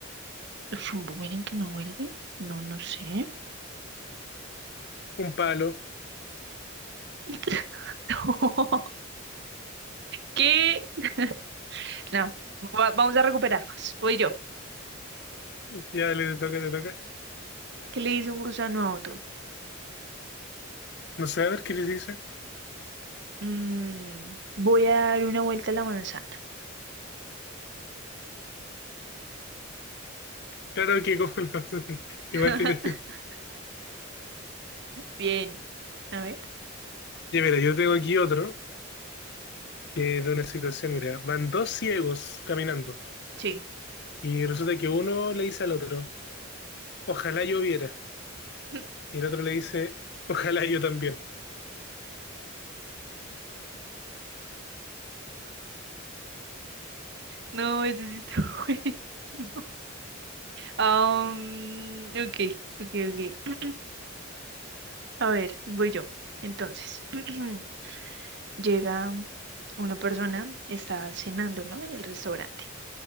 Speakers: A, on the right; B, on the left.
A: Rumbo, miren que no vuelve. No, no sé.
B: Un palo.
A: <laughs> No. ¿Qué? <laughs> No. Va- vamos a recuperarnos. Voy yo.
B: Ya, dale, te toca, te toca.
A: ¿Qué le dice un gusano a otro?
B: No sé, a ver qué les dice.
A: Mm, voy a dar una vuelta a la manzana.
B: Claro que, como lo <laughs>
A: <laughs>
B: Igual tiene.
A: Bien. A ver.
B: Ya, mira, yo tengo aquí otro que de una situación, mira, van dos ciegos caminando
A: Sí.
B: y resulta que uno le dice al otro, ojalá yo viera,
A: <laughs>
B: y el otro le dice, ojalá yo también.
A: No, ese sí está <laughs> buenísimo. Um, ok, ok, ok. <clears throat> A ver, voy yo. Entonces, <clears throat> llega una persona, está cenando, ¿no? En el restaurante.